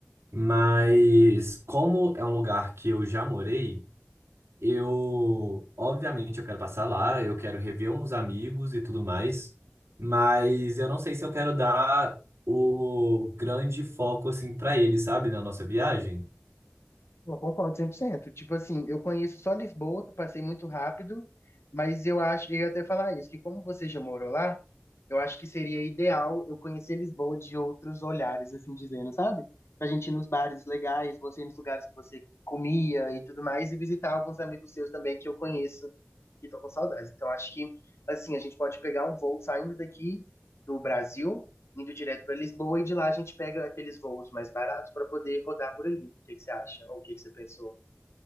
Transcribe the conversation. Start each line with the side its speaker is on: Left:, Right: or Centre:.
Right: mas como é um lugar que eu já morei, eu, obviamente, eu quero passar lá, eu quero rever uns amigos e tudo mais, mas eu não sei se eu quero dar o grande foco assim para eles, sabe, na nossa viagem.
Left: Eu concordo 100%. Tipo assim, eu conheço só Lisboa, que eu passei muito rápido, mas eu acho, eu ia até falar isso, que como você já morou lá, Eu acho que seria ideal eu conhecer Lisboa de outros olhares, assim dizendo, sabe? Pra gente ir nos bares legais, você ir nos lugares que você comia e tudo mais, e visitar alguns amigos seus também que eu conheço e que tô com saudades. Então, acho que, assim, a gente pode pegar um voo saindo daqui do Brasil, indo direto para Lisboa, e de lá a gente pega aqueles voos mais baratos para poder rodar por ali. O que que você acha? Ou o que que você pensou?